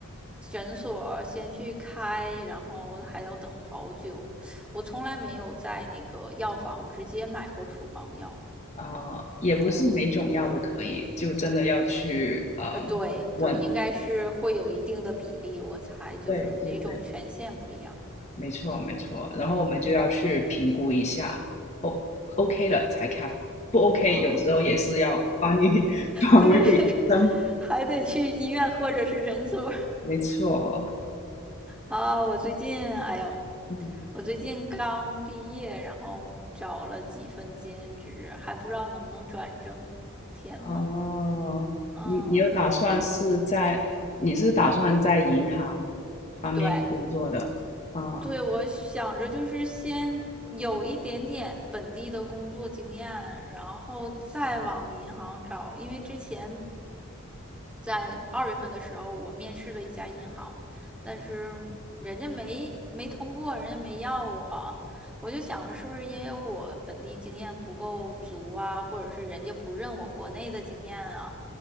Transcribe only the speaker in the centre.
诊所先去开，然后还要等好久。我从来没有在那个药房直接买过处方药，
嗯，
呃，对对，
应该是会有一定的比例，我猜就是哪种权限不一样，
嗯
啊，
对，<laughs> 还得去医院或者是诊所，
啊，我最近，哎呦，
我最近刚毕业，然后找了几份兼职，还不知道能不能转正。天呐，
嗯，
对，对，我想着就是先有一点点本地的工作经验，然后再往银行找，因为之前在二月份的时候，我面试了一家银行，但是人家没没通过，人家没要我。我就想，是不是因为我本地经验不够足啊，或者是人家不认我国内的经验啊？